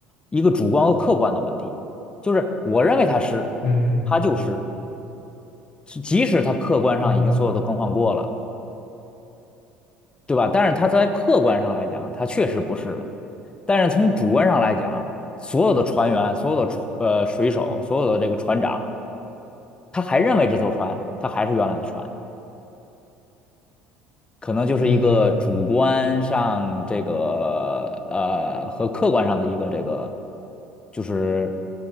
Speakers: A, on the left; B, on the left.
A: 一个主观和客观的问题。就是我认为它是，
B: 嗯
A: 它就湿，是即使它客观上已经所有都更换过了，
B: 嗯嗯嗯。
A: 对吧？但是它在客观上来讲，它确实不是了。但是从主观上来讲，所有的船员、所有的船呃水手、所有的这个船长，他还认为这艘船它还是原来的船。可能就是一个主观上这个
B: 嗯
A: 呃和客观上的一个这个，就是